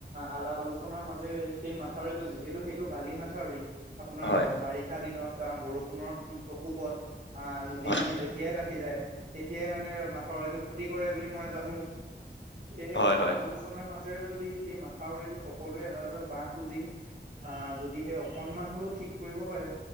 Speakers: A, on the right; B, on the left.
A: আলাপ আলোচনাৰ মাজেৰে সেই মাথাউৰি যিহেতু, সেইটো বালি মাথাউৰি আপোনাৰ
B: হয়
A: বাৰিষা দিনত আহ বৰষুণৰ প্ৰকোপত অ' নদীৰ
B: হয়
A: পানী যে তেতিয়াই বাঢ়ি যায়। তেতিয়াই মানে, মাথৰটো ক্ষতি কৰে বুলি মই জানো। সেয়েহে
B: হয়
A: আলাপ
B: হয়
A: আলোচনাৰ মাজেৰে যদি, সেই মাথাউৰিটো সকলোৱে এডাল-এডাল বাঁহ হ গুজি আহ যদি সেই অকণমান হ'লেও ঠিক কৰিব পাৰে।